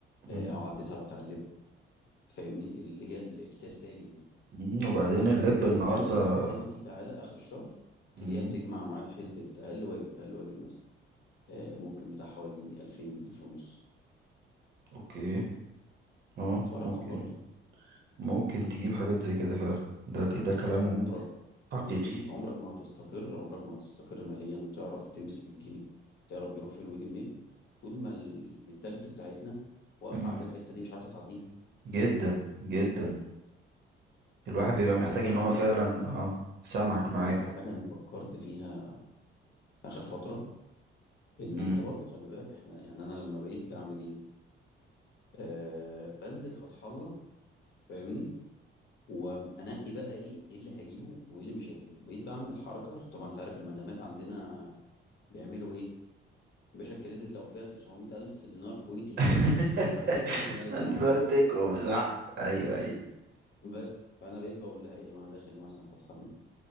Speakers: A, on the left; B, on the right.
A: آه،
B: مم.
A: او عديت على بتاع اللب فاهمني اللي هي ال- التسالي دي
B: مم. وبعدين اللب
A: ف- بس
B: النهاردة
A: فعلا التسالي دي تعالى اخر الشهر
B: مم.
A: تلاقيها بتجمع معاك حسبة اقل واجب اقل واجب مثلا آه، ممكن بتاع حوالي 2000 2000 ونص
B: اوكي اه
A: فرقم
B: ممكن
A: برضه
B: ممكن تجيب حاجات زي كده فعلا ده ك- ده كلام
A: عمرك
B: حقيقي
A: مم. عمرك ما هتستقر عمرك ما هتستقر ماليا وتعرف تمسك الجنيه تعرف بيروح فين ويجي منين طول ما المينتاليتي بتاعتنا واقفة
B: مم.
A: عند الحتة دي مش عارفة تعديها
B: جدا جدا الواحد بيبقى محتاج
A: بس انا
B: ان
A: هقول
B: هو فعلا
A: لك على حاجة
B: اه سامعك معاك
A: هقول لك على حاجة انا فكرت فيها اخر فترة ان
B: مم.
A: انت برضو خلي بالك احنا يعني انا لما بقيت بعمل ايه آه بنزل فتح الله فاهمني وانقي بقى ايه ايه اللي هجيبه وايه اللي مش هجيبه بقيت بعمل حركة عشان طبعا انت عارف المدامات عندنا بيعملوا ايه باشا الكريدت لو فيها 900 ألف دينار كويتي
B: <laughs>
A: هنفرتكهم في نازلة
B: انفرتكم
A: عادي
B: صح ايوه ايوه
A: بس فأنا بقيت بقول لها إيه وأنا داخل مثلا فتح الله